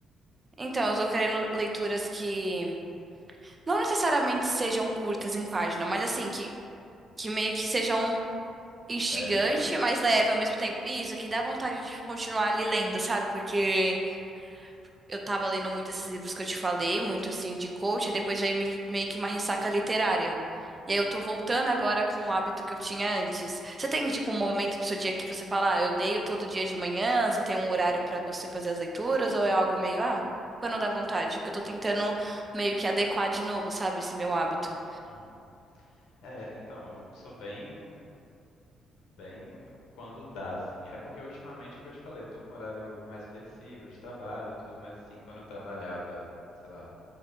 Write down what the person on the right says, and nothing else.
Então, eu tô querendo leituras que não necessariamente sejam curtas em página, mas assim, que, que meio que sejam instigante,
mas leve ao mesmo tempo. E isso, que dá
vontade de continuar ali lendo, sabe? Porque eu tava lendo muito esses livros que eu te falei, muito assim de coach, aí depois veio meio que meio que uma ressaca literária.
E aí eu tô voltando agora com o hábito que eu tinha antes. Você tem,
tipo, um momento do seu dia que você fala, ah, eu leio todo dia de manhã, você tem um horário pra você fazer as leituras, ou é algo meio, ah, quando dá vontade? Que eu tô tentando meio que adequar de novo, sabe, esse meu hábito.